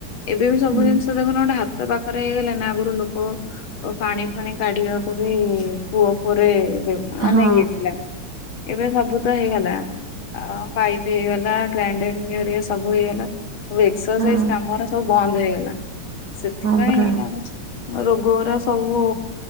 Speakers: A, on the left; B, on the right.
A: ଏବେ ବି ସବୁ
B: ହୁଁ।
A: ଜିନିଷ ଦେଖୁନ ଗୋଟେ ହାତ ପାଖରେ ହେଇଗଲେ ନା ଆଗରୁ ଲୋକ ଓ ପାଣି ଫାଣି କାଢିବାକୁ ବି କୂଅ ଫୁଅରେ ମାନେ
B: ହଁ
A: ଇଏ ଥିଲା। ଏବେ ସବୁ ତ ହେଇଗଲା। ଆ ପାଇପ୍ ହେଇଗଲା ଗ୍ରାଇଣ୍ଡରିଙ୍ଗ ହେରିକା ସବୁ ହେଇଗଲା। ସବୁ ଏକ୍ସରସାଇଜ୍
B: ହଁ
A: କାମରା ସବୁ ବନ୍ଦ୍ ହେଇଗଲା। ସେଥିପାଇଁ
B: ହଁ ପରା
A: ଆଉ ରୋଗ ଗୁରା ସବୁ